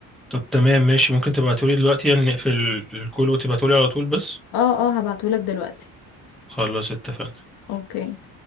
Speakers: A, in the centre; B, on the left.
A: طب تمام ماشي ممكن تبعتولي دلوقتي يعني نقفل الكول وتبعتولي على طول بس
B: اه اه هبعتهولك دلوقتي
A: خلاص اتفقنا
B: اوكي